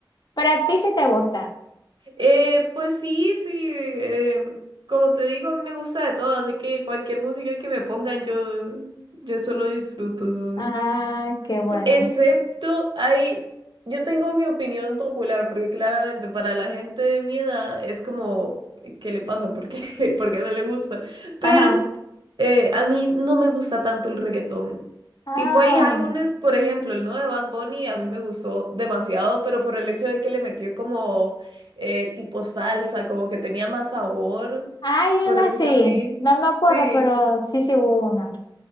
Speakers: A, on the left; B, on the right.
A: para ti sí te gusta.
B: eh, pues sí, sí, em, como te digo, a mí me gusta de todo, así que cualquier música que me pongan, yo, yo solo disfruto, ¿no?
A: Ah, qué bueno.
B: Excepto, hay, yo tengo mi opinión popular, porque claramente para la gente de mi edad es como, ¿qué le pasa? ¿Por qué? <laughs> ¿Por qué no le gusta? Pero...
A: Ajá.
B: Eh, a mí no me gusta tanto el reggaetón.
A: Ah,
B: Tipo, hay álbumes, por ejemplo, el nuevo de Bad Bunny a mí me gustó demasiado, pero por el hecho de que le metió como eh, tipo salsa, como que tenía más sabor,
A: hay una
B: por decirlo
A: sí.
B: así.
A: No me acuerdo,
B: Sí,
A: pero sí, sí hubo una.